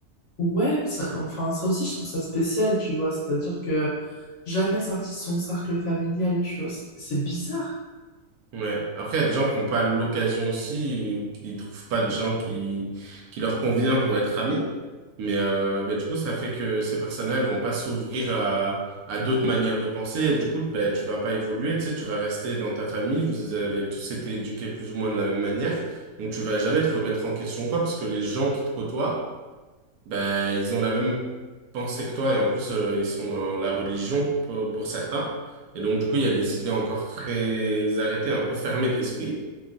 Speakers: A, on the left; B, on the right.
A: ouais, ça- enfin ça aussi je trouve ça spécial, tu vois, c'est-à-dire que jamais sorti de son cercle familial, tu vois, c'est c'est bizarre.
B: Ouais. Après, il y a des gens qui n'ont pas l'occasion aussi, qui ne trouvent pas de gens qui, qui leur convient pour être amis. Mais euh, ben, du coup, ça fait que ces personnes-là, elles vont pas s'ouvrir à, à d'autres manières de penser. Et du coup, ben, tu vas pas évoluer, tu sais, tu vas rester dans ta famille. Vous avez tous été éduqués plus ou moins de la même manière. Donc, tu vas jamais te remettre en question, quoi, parce que les gens qui te côtoient, ben, ils ont la même pensée que toi et en plus euh, ils sont dans la religion pour, pour certains. Et donc du coup il y a des idées encore très arrêtées, un peu fermées d'esprit.